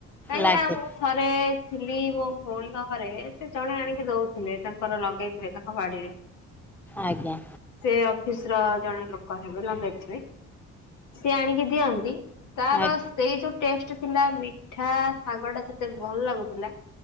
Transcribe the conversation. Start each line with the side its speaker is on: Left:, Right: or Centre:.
Left: କାହିଁକି
Centre: ଲାଗେ
Left: ନା ମୁଁ ଥରେ ଥିଲି ମୋ ଭଉଣୀଙ୍କ ଘରେ ସେ ଜଣେ ଆଣିକି ଦଉଥିଲେ ତାଙ୍କର ଲଗେଇଥିଲେ ତାଙ୍କ ବାଡ଼ି ରେ
Centre: ଆଜ୍ଞା!
Left: ସେ ଅଫିସ୍ ର ଜଣେ ଲୋକ ହେବେ ଲଗେଇଥିବେ ସିଏ ଆଣିକି ଦିଅନ୍ତି ତାର
Centre: ଆ
Left: ସେଇ ଯୋଉ ଟେଷ୍ଟ ଥିଲା ମିଠା ଶାଗ ଟା ଯେତେ ଭଲ ଲାଗୁଥିଲା